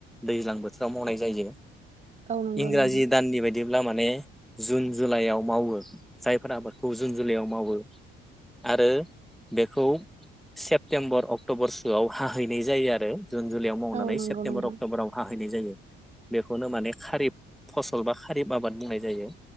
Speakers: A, in the centre; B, on the right (about 35°).
A: दैज्लां बोथोराव मावनाय जायो।
B: औ नंगौ
A: इंराजि
B: नोंथां
A: दाननि बायदि ब्ला माने जुन जुलाइआव मावो जायफोर आबादखौ जुन जुलाइआव मावो आरो बेखौ सेप्तेम्बर अक्ट'बर सोआव हाहैनाय जायो आरो। जुन जुलाइआव मावनानै
B: औ नंगौ
A: सेप्तेम्बर
B: नोंथां
A: अक्ट'बराव हाहैनाय जायो बेखौनो माने खारिब फसल बा खारिब आबाद बुंनाय जायो